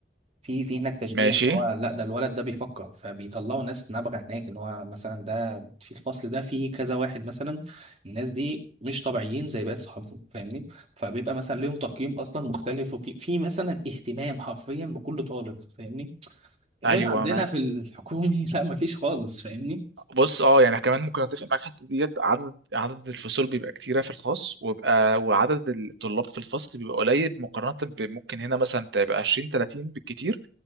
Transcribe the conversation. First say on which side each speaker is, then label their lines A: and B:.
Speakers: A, on the right; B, on the right.
A: في في هناك تشجيع
B: ماشي
A: اللي هو لا ده الولد ده بيفكر فبيطلعوا ناس نابغه هناك ان هو مثلا ده في الفصل ده في كذا واحد مثلا الناس دي مش طبيعيين زي باقي صحابهم فاهمني فبيبقى مثلا ليهم تقييم اصلا مختلف وفي في مثلا اهتمام حرفيا بكل طالب فاهمني غير
B: ايوه
A: عندنا
B: معاك
A: في الحكومي <laughs> لا مفيش خالص فاهمني
B: بص اه يعني كمان ممكن اتفق معاك في الحته ديت عدد عدد الفصول بيبقى كتيره في الخاص ويبقى وعدد الطلاب في الفصل بيبقى قليل مقارنه بممكن هنا مثلا تبقى 20 30 بالكتير